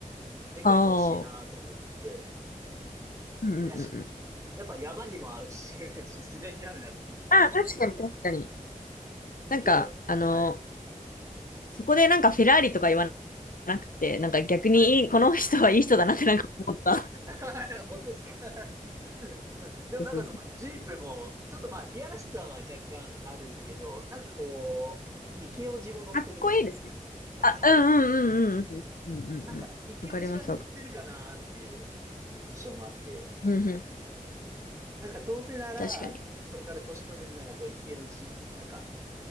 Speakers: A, on the right; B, on the left.
A: でっかいやつ欲しいなと思ってて。
B: ああ。うんうんうんうん。
A: いや、しやっぱ山にも合うし、<laughs> 自然に合うなと思って。
B: ああ、確かに確かに。なんか、
A: 結構やっぱ、
B: あの、
A: はい。
B: そこでなんかフェラーリとか言わなくて、なんか逆にいいこの人はいい人だなってなんか思った。
A: はい。
B: <laughs>
A: <laughs> 本当ですか <laughs> でもなんかこう、
B: そうそうそう。
A: ジープも、ちょっとまあ、いやらしさは若干あるんですけど、なんかこう、イケオジも乗ってるみたいな。
B: かっこいいですね。
A: いや、
B: あ、
A: そうなんですよ。
B: うんうんうんうんうんうんうんうん。
A: なんか、イケオジが乗ってるかなっていう印象もあって、
B: わかりますわか。うんうん。
A: なんかどうせなら、
B: 確かに。
A: これから年取るんなら、こう、イケオジ、なんか、